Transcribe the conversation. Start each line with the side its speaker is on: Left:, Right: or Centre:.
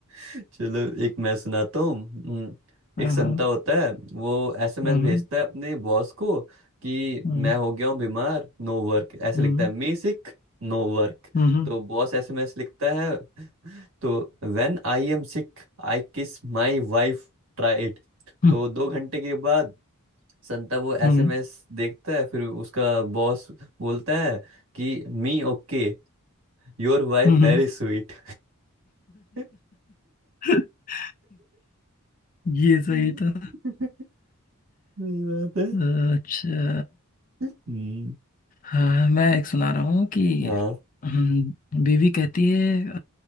Right: <laughs> चलो एक मैं सुनाता हूँ हम्म,
Left: हाँ
Right: एक संता
Left: हाँ
Right: होता है वो एसएमएस
Left: हाँ
Right: भेजता
Left: हाँ
Right: है अपने बॉस को कि
Left: हाँ,
Right: मैं हो गया हूँ बीमार नो वर्क ऐसे
Left: हम्म
Right: लिखता है मी सिक नो वर्क
Left: हम्म हम्म
Right: तो बॉस एसएमएस लिखता है तो when I am sick I kiss my wife try it
Left: हम्म
Right: तो दो घंटे के बाद संता वो एसएमएस
Left: हम्म,
Right: देखता है फिर उसका बॉस बोलता है कि me okay your wife
Left: हम्म,
Right: very
Left: हम्म।
Right: sweet <laughs>
Left: <laughs> ये सही
Right: सही
Left: था
Right: बात है
Left: अच्छा
Right: हम्म
Left: हाँ मैं एक सुना रहा हूँ कि
Right: हाँ
Left: हम्म, बीवी कहती है अ,